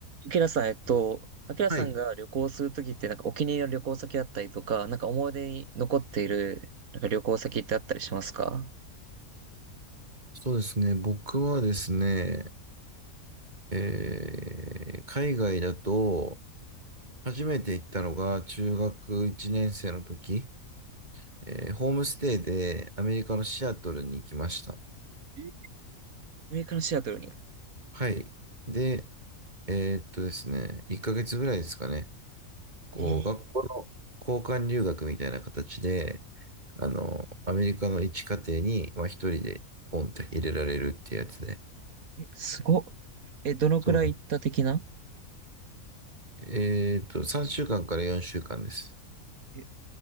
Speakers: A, on the right (about 80°); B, on the right (about 30°).
A: アキラさん、えっと、アキラさんが旅行するときって、
B: はい。
A: なんかお気に入りの旅行先だったりとか、なんか思い出に残っている、なんか旅行先ってあったりしますか
B: そうですね。僕はですね、えー海外だと、初めて行ったのが中学1年生の時、えーホームステイでアメリカのシアトルに行きました。
A: えアメリカのシアトルに。
B: はい。で、えーっとですね、1ヶ月ぐらいですかね、こう、
A: えー、
B: 学校の交換留学みたいな形で、あの、アメリカの一家庭に、まあ、一人でポンって入れられるってやつで、
A: えすごっ。え、どのくらい行った的な
B: そうなの。えーっと、3週間かんから4週間です。
A: え、